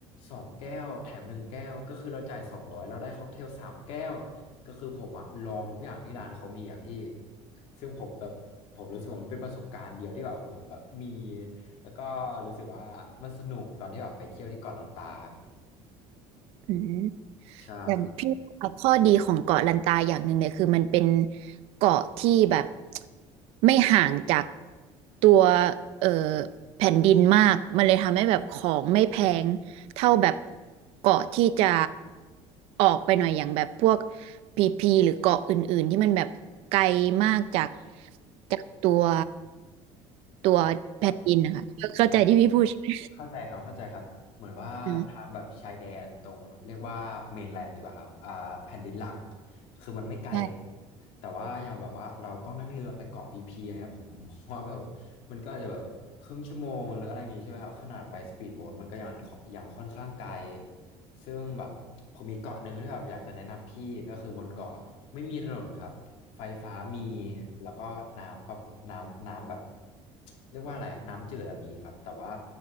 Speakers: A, on the left; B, on the right.
A: สองแก้วแถมหนึ่งแก้วก็คือเราจ่ายสองร้อยเราได้ค็อกเทลสามแก้วก็คือผมอะลองทุกอย่างที่ร้านเขามีอะพี่ซึ่งผมแบบผมรู้สึกว่ามันเป็นประสบการณ์เดียวที่แบบผมแบบมีแล้วก็รู้สึกว่ามันสนุกตอนที่แบบไปเที่ยวที่เกาะลันตาครับ
B: อืม
A: ใช่
B: อย่างพี่ว่าข้อดีของเกาะลันตาอย่างหนึ่งเนี่ยคือมันเป็นเกาะที่แบบไม่ห่างจากตัวเอ่อแผ่นดินมากมันเลยทำให้แบบของไม่แพงเท่าแบบเกาะที่จะออกไปหน่อยอย่างแบบพวกพีพีหรือเกาะอื่นๆที่มันแบบไกลมากจากจากตัว
A: อ่ะ
B: ตัวแผ่นดินนะคะเข้าใจที่พี่พูดใช่ไหม
A: ครับใช่ เข้าใจครับเข้าใจครับเหมือนว่าทางแบบชายแดนตรงเรียกว่าเมนแลนด์ดีกว่าครับอ่าแผ่นดินหลัก
B: อ่า
A: คือมันไม่ไกล
B: ใช่
A: แต่ว่าอย่างแบบว่าเราต้องนั่งเรือไปเกาะพีพีอะไรเงี้ยผมว่าแบบว่ามันก็อาจจะแบบครึ่งชั่วโมงหรืออะไรอย่างงี้ใช่ไหมครับขนาดไปสปีดโบ๊ทมันก็ยังยังค่อนข้างไกลซึ่งแบบผมมีเกาะหนึ่งที่แบบอยากจะแนะนำพี่ก็คือบนเกาะไม่มีถนนครับ ไฟฟ้ามีแล้วก็น้ำแบบน้ำน้ำแบบเรียกว่าอะไรอะน้ำจืดอะมีครับแต่ว่า